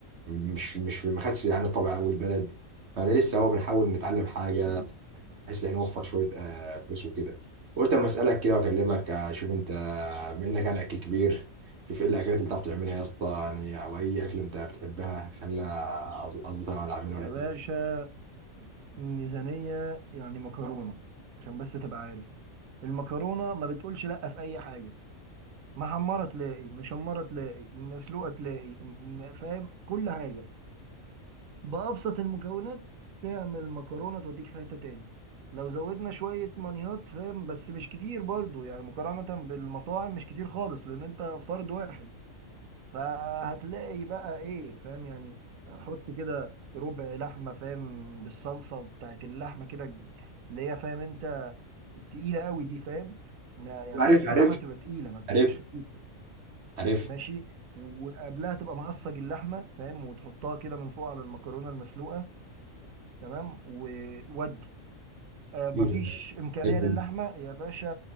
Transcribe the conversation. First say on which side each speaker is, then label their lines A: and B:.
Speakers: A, on the right; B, on the right.
A: مش مش ما خدش يعني طبع اول بلد فانا لسه هو بنحاول نتعلم حاجة
B: ايوه
A: بحيث ان احنا نوفر شويه آه، فلوس وكده قلت اما اسالك كده واكلمك آه، اشوف انت آه، بما انك يعني اكل كبير شوف ايه الاكلات اللي بتعرف تعملها يا اسطى يعني او اي اكل انت بتحبها خلينا أظ- اظبطها ولا اعملها
B: يا
A: ولا اكل
B: باشا ميزانية يعني مكرونة عشان بس تبقى عارف المكرونة ما بتقولش لأ في أي حاجة محمرة تلاقي مشمرة تلاقي مسلوقة تلاقي م- فاهم كل حاجة بأبسط المكونات تعمل مكرونة توديك في حتة تاني لو زودنا شوية مانيهات فاهم بس مش كتير برضو يعني مقارنة بالمطاعم مش كتير خالص لأن أنت فرد واحد فهتلاقي بقى إيه فاهم يعني حط كده ربع لحمة فاهم بالصلصة بتاعت اللحمة كده اللي هي فاهم أنت التقيلة قوي دي فاهم ما- يعني
A: عارف
B: صلصة
A: عارف
B: اللحمة بتبقى تقيلة ما بتبقاش
A: عارف
B: خفيفة
A: عارف
B: ماشي وقبلها تبقى مقصج اللحمة فاهم وتحطها كده من فوق على المكرونة المسلوقة تمام وودي آه مفيش
A: حلو ده،
B: إمكانية
A: حلو
B: للحمة
A: ده.
B: يا باشا